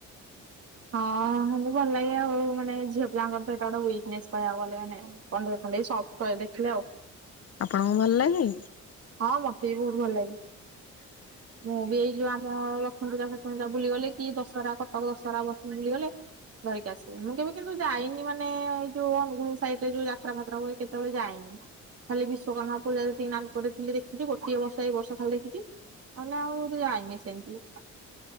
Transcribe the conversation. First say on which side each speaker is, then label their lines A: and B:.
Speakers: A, on the right; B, on the left.
A: ହଁ, ଭଲ ଲାଗେ ଆଉ, ମାନେ ଝିଅ ପିଲାଙ୍କର ତ ଏଟା ଗୋଟେ ୱିକନେସ୍ କହିବାକୁ ଗଲେ, ମାନେ କଣ୍ଡେଇ ଫଣ୍ଡେଇ ସବ ଟୟେ ଦେଖିଲେ ଆଉ।
B: ଆପଣଙ୍କୁ ଭଲ ଲାଗେ?
A: ହଁ ମତେ ବି ବହୁତ ଭଲଲାଗେ।
B: <inaudible>
A: ମୁଁ ବି ଏଇ ଯୋଉ ଆମ ଲକ୍ଷ୍ମୀ ପୂଜା ଫକ୍ଷ୍ମୀ ପୁଜା ବୁଲି ଗଲେ, କି ଦଶହରା, କଟକ ଦଶହରା, ବସରେ ବୁଲିଗଲେ ଧରିକ ଆସିବେ, ମୁଁ କେବେ କିନ୍ତୁ ଯାଇନି, ମାନେ ଏଇ ଯୋଉ ଅନୁଗୁଳ ସାଇଡ ରେ ଯୋଉ ଯାତ୍ରା ଫାତ୍ରା ହୁଏ, କେତେବେଳେ ଯାଇନି। ଖାଲି ବିଶ୍ୱକର୍ମା ପୂଜା, ଯେତିକି ନାଲକୋଟି ଖାଲି ଦେଖିଛି, ଗୋଟିଏ ବର୍ଷ, ଏଇ ବର୍ଷ ଖାଲି ଦେଖିଛି, ନହେଲେ ଆଉ ଯାଇନି ସେମିତି।